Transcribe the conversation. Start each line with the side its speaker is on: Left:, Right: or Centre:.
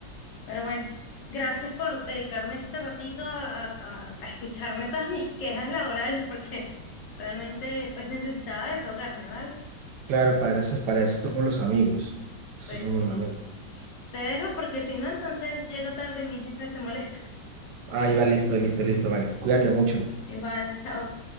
Left: Pero bueno, gracias por dedicarme este ratito a, a- a- a escucharme todas mis quejas laborales, <laughs> porque realmente pues necesitaba desahogarme, ¿vale?
Right: Claro, para eso, para eso somos los amigos. Eso
Left: Pues
Right: somos
Left: sí.
Right: los amigos.
Left: Te dejo porque si no, entonces llego tarde y mi jefe se molesta.
Right: Ahí va, listo, listo, listo, vale. Cuídate mucho.
Left: Igual, chao.